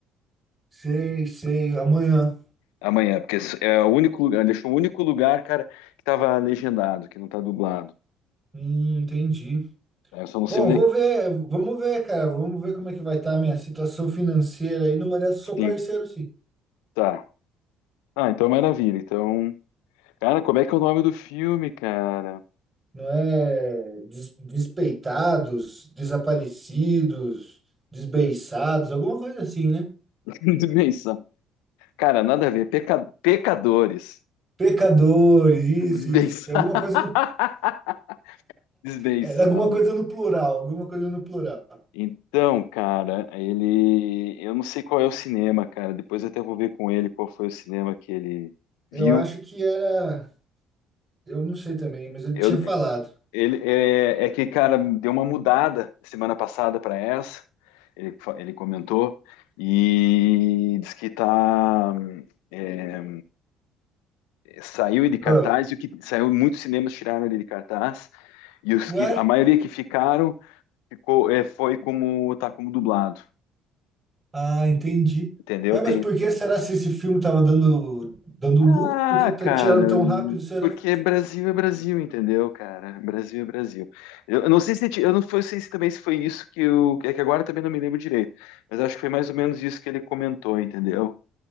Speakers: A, on the right; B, on the left.
A: Sei, sei, amanhã.
B: Amanhã, porque é o único lugar, deixou o único lugar, cara, que tava legendado, que não tá dublado.
A: Hum, entendi.
B: É, Eu só não
A: Bom,
B: sei onde
A: vou
B: é que
A: ver, vamos ver, cara. Vamos ver como é que vai estar a minha situação financeira aí. Numa dessas,
B: é.
A: sou parceiro,
B: sim,
A: sim.
B: tá. Ah, então é maravilha. Então, cara, como é que é o nome do filme, cara?
A: não é des- despeitados, desaparecidos, desbeiçados, alguma coisa assim, né?
B: <laughs> Desbenção. Cara, nada a ver. Peca- Pecadores.
A: Pecadores, isso,
B: <laughs> Desbenção.
A: isso, alguma
B: <laughs>
A: coisa no,
B: Desbençados.
A: era alguma coisa no plural, alguma coisa no plural.
B: Então, cara, ele. Eu não sei qual é o cinema, cara. Depois eu até vou ver com ele qual foi o cinema que ele viu.
A: Eu acho que era, eu não sei também, mas ele
B: Eu...
A: tinha falado.
B: Ele é... é que, cara, deu uma mudada semana passada para essa. Ele... fa- ele comentou. E diz que tá. é, Saiu de cartaz,
A: Ah,
B: e o que saiu, muitos cinemas tiraram ele de cartaz. E os
A: ué?
B: que, a maioria que ficaram ficou, é, foi como tá como dublado,
A: Ah, entendi.
B: entendeu?
A: Ué,
B: Tem,
A: mas por que será se esse filme estava dando dando
B: Ah,
A: lucro? Por que tá
B: cara,
A: tirando tão rápido, será?
B: porque Brasil é Brasil, entendeu, cara? Brasil é Brasil. Eu, eu não sei se ti- eu não foi- sei se também se foi isso que o é que agora também não me lembro direito, mas acho que foi mais ou menos isso que ele comentou, entendeu?